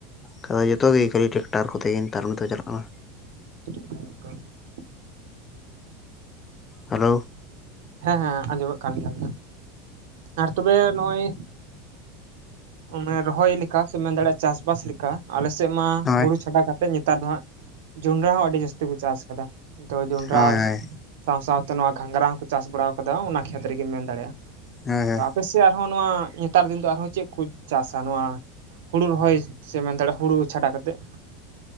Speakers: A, on the left; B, on the right.
A: ᱠᱚ᱾ ᱡᱚᱛᱚ ᱜᱮ ᱠᱷᱟᱹᱞᱤ ᱴᱨᱟᱠᱴᱟᱨ ᱠᱚᱛᱮ ᱜᱮ ᱱᱮᱛᱟᱨ ᱢᱟᱛᱚ ᱪᱟᱞᱟᱜ ᱠᱟᱱᱟ᱾
B: <unintelligible>
A: ᱦᱮᱞᱳ
B: ᱦᱮᱸ ᱦᱮᱸ ᱟᱸᱡᱚᱢᱮᱫ ᱠᱟᱱ ᱜᱮᱭᱟ ᱟᱨ ᱛᱚᱵᱮ ᱱᱚᱜᱼᱚᱭ ᱢᱟᱱᱮ ᱨᱚᱦᱚᱭ ᱞᱮᱠᱟ ᱥᱮ ᱢᱮᱱ ᱫᱟᱲᱮᱭᱟᱜᱼᱟ ᱪᱟᱥᱵᱟᱥ ᱞᱮᱠᱟ ᱟᱞᱮ ᱥᱮᱫ ᱢᱟ
A: ᱦᱳᱭ
B: ᱦᱩᱲᱩ ᱪᱷᱟᱰᱟ ᱠᱟᱛᱮ ᱱᱮᱛᱟᱨ ᱫᱚ ᱦᱟᱸᱜ ᱡᱚᱸᱰᱨᱟ ᱦᱚᱸ ᱟᱹᱰᱤ ᱡᱟᱹᱥᱛᱤ ᱠᱚ ᱪᱟᱥ ᱠᱟᱫᱟ, ᱛᱚ ᱡᱚᱸᱰᱨᱟ
A: ᱦᱳᱭ
B: ᱟᱨ
A: ᱦᱳᱭ ᱦᱳᱭ
B: ᱥᱟᱶ ᱥᱟᱶ ᱛᱮ ᱱᱚᱣᱟ ᱜᱷᱟᱸᱜᱨᱟ ᱦᱚᱸᱠᱚ ᱪᱟᱥ ᱵᱟᱲᱟ ᱟᱠᱟᱫᱟ ᱚᱱᱟ ᱠᱷᱮᱛ ᱨᱮᱜᱮᱢ ᱢᱮᱱ ᱫᱟᱲᱮᱭᱟᱜᱼᱟ
A: ᱦᱳᱭ
B: ᱾ᱟᱯᱮ ᱥᱮᱭᱟᱜ ᱱᱚᱜᱼᱚ ᱱᱚᱣᱟ ᱱᱮᱛᱟᱨ ᱫᱤᱱ ᱫᱚ ᱟᱨᱦᱚᱸ ᱪᱮᱫ ᱠᱚ ᱪᱟᱥᱟ, ᱱᱚᱣᱟ ᱦᱩᱲᱩ ᱨᱚᱦᱚᱭ ᱥᱮᱢ ᱢᱮᱱ ᱫᱟᱲᱭᱟᱜᱼᱟ ᱦᱩᱲᱩ ᱪᱷᱟᱰᱟ ᱠᱟᱛᱮᱫ᱾